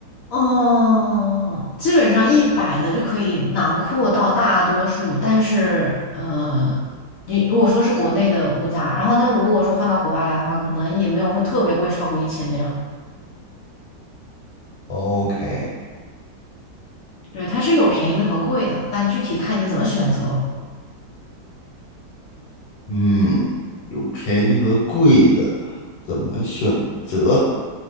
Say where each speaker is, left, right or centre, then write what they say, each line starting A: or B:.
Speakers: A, on the left (about 65°); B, on the left (about 80°).
A: 哦，基本上一百的就可以囊括到大多数，但是，呃，你如果说是国内的物价，然后但如果说换到国外来的话，可能也没有会特别贵，超过一千这样。
B: ？OK，
A: 对，它是有便宜的和贵的，但具体看你怎么选择。
B: 嗯，有便宜和贵的，怎么选择？